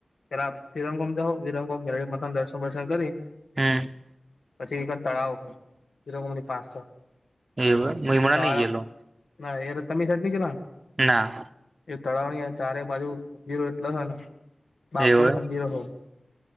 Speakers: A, on the left; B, on the right.
A: પેલા વિરંગોમ દહો વિરંગોમ મેળ મથા દર્શન વર્શન કરી.
B: હમ.
A: પછી તળાવ હોય પા
B: એવું એમ હું હમણાં
A: તળ.
B: નઈ ગયેલો
A: ના એ તો તમ સટની છે.
B: ના.
A: એ તળાવની ચારે બાજુ મંદિરો એટલે હ ને, બાપ
B: એવું
A: મંદિરો હો.